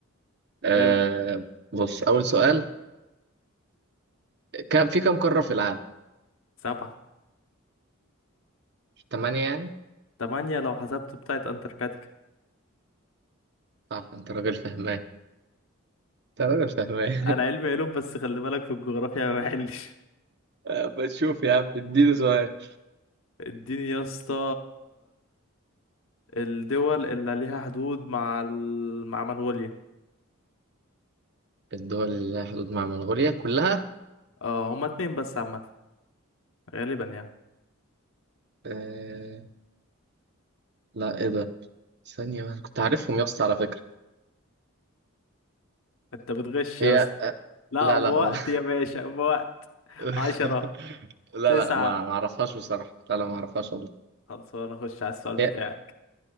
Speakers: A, on the right (about 50°); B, on the left (about 65°).
A: آه
B: إيه؟
A: بص أول سؤال كم في كم قارة في العالم؟
B: سبعة
A: تمانية يعني؟
B: تمانية لو حسبت بتاعت انتاركتيكا
A: صح أنت راجل فهمان أنت راجل فهمان
B: انا علمي علوم بس خلي بالك في الجغرافيا ما بحلش
A: <laughs> آه، بتشوف يا عم اديني سؤال
B: اديني يا اسطى الدول اللي ليها حدود مع ال... مع منغوليا
A: الدول اللي لها حدود مع منغوليا كلها؟
B: اه هما اتنين بس عامة غالبا يعني
A: آه لا إيه ده؟ ثانية بس كنت عارفهم يا اسطى على فكرة
B: انت بتغش
A: هي
B: يا اسطى
A: آه
B: لا
A: لا
B: بوقت
A: لا والله
B: يا باشا بوقت
A: <laughs>
B: عشرة
A: لا
B: تسعة
A: لا ما ما أعرفهاش بصراحة لا لا ما أعرفهاش والله
B: خلصانة اخش على السؤال بتاعك
A: هي